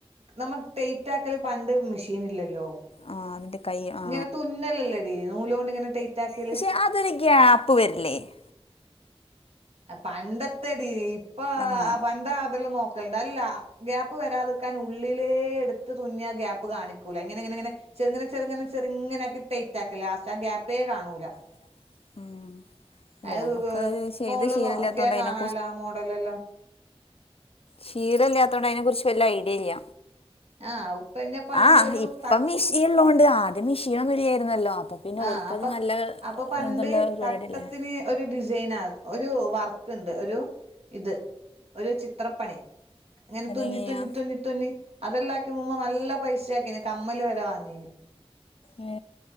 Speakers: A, on the right; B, on the left.
A: നമ്മൾ ടെയ്റ്റ് ആക്കല് പണ്ട് മെഷീൻ ഇല്ലല്ലോ.
B: ആ എന്റെ കൈ ആ,
A: ഇങ്ങനെ തുന്നലല്ലേടി നൂലോണ്ട് ഇങ്ങനെ ടൈറ്റാക്കല്
B: പക്ഷെ അതൊരു ഗ്യാപ്പ് വരില്ലേ? <inaudible>
A: പണ്ടത്തെടി ഇപ്പൊ
B: ആഹ്
A: ആ പണ്ട അതെല്ലാം നോക്ക ണ്ടല്ല ഗ്യാപ്പ് വരാതിക്കാൻ ഉള്ളിലേ എടു തുന്നി ആ ഗാപ്പ് കാണിക്കൂല്ല. എങ്ങനെങ്ങെങ്ങനെ ചെറുങ്ങനെ ചെറുങ്ങനെങ്ങന ആക്കി ടൈറ്റ് ആ ലാസ്റ്റ് ആ ഗ്യാപ്പെ കാണൂല.
B: <inaudible> അല്ല
A: അതത്
B: നമുക്ക് ചെയ്ത്
A: ഫോണില്
B: ശീലല്ലാത്തോണ്ട്
A: നോക്കിയ
B: അതിനെ
A: കാണാലാ മോഡല് എല്ലാം.
B: ശക്ഷീതം ഇല്ലാത്തൊണ്ട് അതിനെ കുറിച്ച് വല് ഐഡിയ ഇല്ല.
A: ആഹ് പിന്നെ പണ്ടൊരു
B: ആ ഇപ്പം
A: ത
B: മിഷിയള്ളതോണ്ട് ആദ്യം മിഷീൻ ഒന്നും ഇല്ലായിരുന്നല്ലോ. അപ്പൊ പിന്നെ
A: ആ
B: ഓൽക്കത്
A: അപ്പൊ
B: നല്ല
A: അപ്പൊ പണ്ട്
B: ഇതുള്ള പരിപാടിയല്ലേ
A: തട്ടത്തിന് ഒരു ഡിസൈൻ ആ ഒരു വർക്ക് ഉണ്ട്, ഒരു ഇത് ഒരു ചിത്രപ്പണി. അങ്ങനെ
B: അതെങ്ങനെയാ
A: തുന്നി തുന്നി തുന്നി തുന്നി. അതെല്ലാം ആക്കി മുമ്പ് നല്ല പൈസ ആക്കിന് കമ്മല് വരെ വാങ്ങീന്.
B: ഏ